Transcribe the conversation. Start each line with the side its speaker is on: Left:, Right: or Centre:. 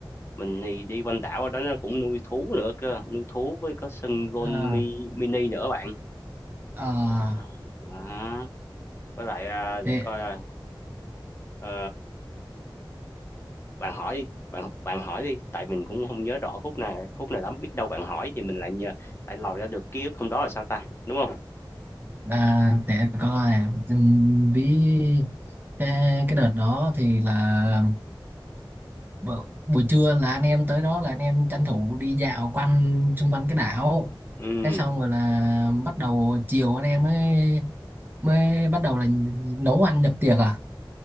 Left: Mình thì đi quanh đảo ở đó nó cũng nuôi thú nữa cơ, nuôi thú với có sân golf
Right: à,
Left: mi, mini nữa bạn.
Right: à,
Left: Ờ, Đó. Với lại à,
Right: để
Left: để coi à, ờ, Bạn hỏi đi, bạn bạn hỏi đi, tại mình cũng không nhớ rõ khúc nào khúc nào lắm, biết đâu bạn hỏi thì mình lại nhờ lại lòi ra được ký ức hôm đó là sao ta, đúng không
Right: à, để coi ừm, ví cái, cái đợt đó thì là bu- buổi trưa là anh em tới đó là anh em tranh thủ đi dạo quanh xung quanh cái đảo
Left: Ừm,
Right: cái xong rồi là bắt đầu chiều anh em mới mới bắt đầu là nấu ăn nhập tiệc à